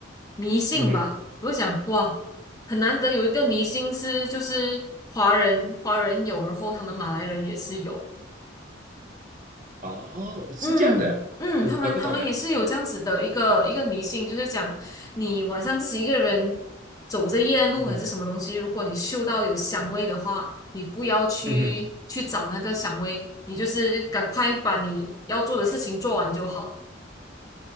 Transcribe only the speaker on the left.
迷信吧。
我就想，哇，很难得有一个迷信是就是华人华人有，然后他们马来人也是有。
嗯嗯，
他们他们也是有这样子的一个一个迷信，就是讲你晚上自己一个人走着夜路还是什么东西，
如果你嗅到有香味的话，你不要去去找那个香味，
你就是赶快把你要做的事情做完就好。